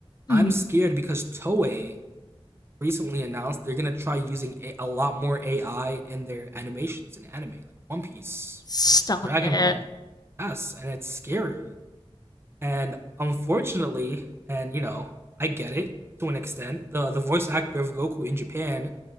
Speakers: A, on the left; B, on the right.
A: hmm
B: I'm scared because Toei recently announced they're gonna try using a, a lot more AI in their animations in anime, like One Piece,
A: Stop
B: Dragon
A: it.
B: Ball. Yes, and it's scary. And unfortunately, and you know, I get it to an extent. The the voice actor of Goku in Japan,